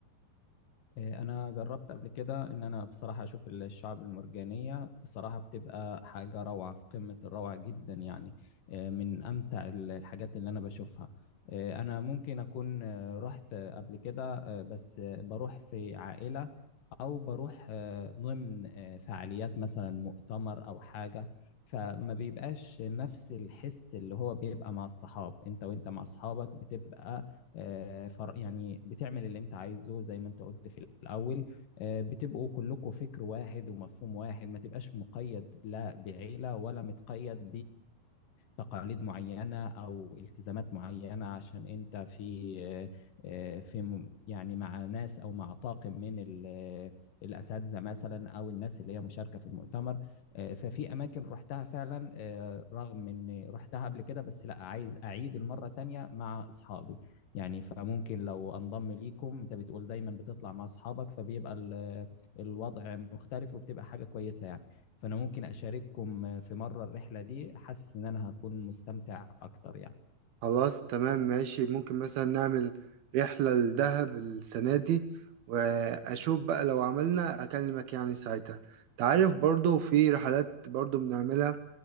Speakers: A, on the left (about 60°); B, on the right (about 70°).
A: إيه، انا جربت قبل كده ان انا بصراحه اشوف الشعب المرجانيه بصراحه بتبقى حاجه روعه في قمه الروعه جدا يعني إيه، من امتع ال- الحاجات اللي انا بشوفها إيه، انا ممكن اكون آه، رحت آه، قبل كده آه، بس آه، بروح في عائله او بروح آه، ضمن آه، فعاليات مثلا مؤتمر او حاجه فما بيبقاش نفس الحس اللي هو بيبقى مع الصحاب انت وانت مع اصحابك بتبقى آه، فر- يعني بتعمل اللي انت عايزه زي ما انت قلت في الاول آه، بتبقوا كلكم فكر واحد ومفهوم واحد ما تبقاش مقيد لا بعيلة ولا متقيد بتقاليد معينة او التزامات معينة عشان انت في آه، آه، في م- يعني مع ناس او مع طاقم من ال- الاساتذه مثلا او الناس اللي هي مشاركه في المؤتمر آه، ففي اماكن رحتها فعلا آه، رغم ان رحتها قبل كده بس لا عايز اعيد المره تانية مع اصحابي يعني فممكن لو انضم ليكم انت بتقول دايما بتطلع مع اصحابك فبيبقى ال- الوضع مختلف وبتبقى حاجه كويسه يعني فانا ممكن اشارككم في مره الرحله دي حاسس ان انا هكون مستمتع اكتر يعني
B: خلاص تمام ماشي ممكن مثلا نعمل رحلة لدهب السنة دي وأشوف بقى لو عملنا أكلمك يعني ساعتها تعرف برضو في رحلات برضو بنعملها